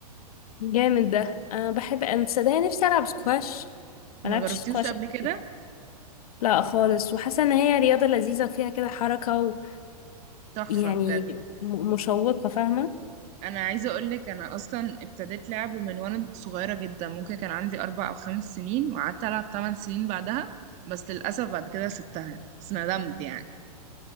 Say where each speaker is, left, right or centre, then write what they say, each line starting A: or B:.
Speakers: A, on the left; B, on the right.
A: جامد ده انا بحب انا صدقني نفسي العب سكواش
B: ما
A: ما لعبتش
B: جربتيوش
A: سكواش
B: قبل
A: قبل
B: كده؟
A: كده لا خالص وحاسه ان هي رياضه لذيذه وفيها كده حركه
B: تحفة
A: ويعني
B: بجد
A: م- مشوقه فاهمه
B: أنا عايزة أقولك أنا أصلا ابتديت لعب من وأنا صغيرة جدا ممكن كان عندي أربع أو خمس سنين وقعدت ألعب تمن سنين بعدها بس للأسف بعد كده سبتها بس ندمت يعني